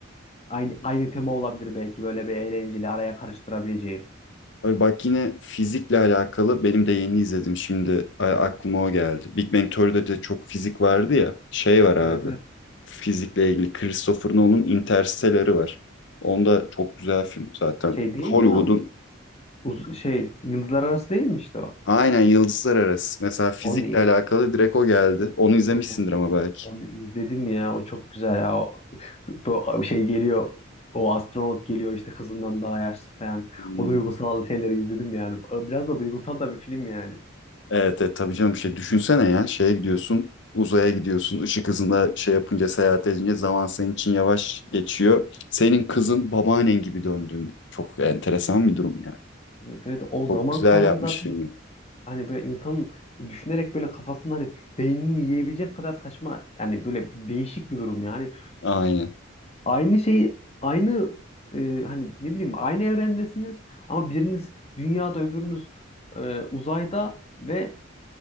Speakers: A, on the left; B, on the left.
A: aynı aynı tema olabilir belki böyle bir eğlenceli araya karıştırabileceğim.
B: Abi bak yine fizikle alakalı benim de yeni izledim şimdi a- aklıma o geldi. Big Bang Theory'de de çok fizik vardı ya. Şey var abi.
A: Evet evet.
B: Fizikle ilgili Christopher Nolan'ın Interstellar'ı var. Onda çok güzel film zaten.
A: Şey değil
B: Hollywood'un
A: mi ya? Uz- şey Yıldızlar Arası değil mi işte o?
B: Aynen Yıldızlar Arası. Mesela fizikle
A: Onu
B: alakalı direkt o geldi. Onu izlemişsindir
A: Yok onu,
B: ama belki.
A: onu izledim ya. O çok güzel ya. O, <laughs> bu şey geliyor. O astronot geliyor işte kızından daha yaşlı falan.
B: Hmm.
A: O duygusal şeyleri izledim yani. Biraz da duygusal da bir film yani.
B: Evet, evet tabii canım şey düşünsene ya şeye gidiyorsun uzaya gidiyorsun ışık hızında şey yapınca seyahat edince zaman senin için yavaş geçiyor. Senin kızın babaannen gibi döndüğünde. Çok enteresan bir durum yani.
A: Evet evet o
B: Çok
A: zaman
B: güzel
A: kavramı
B: yapmış
A: zaten
B: filmi.
A: hani böyle insanın düşünerek böyle kafasını hani beynini yiyebilecek kadar saçma yani böyle bir değişik bir durum yani.
B: Aynen.
A: Aynı şey aynı e, hani ne bileyim aynı evrendesiniz ama biriniz dünyada öbürünüz e, uzayda ve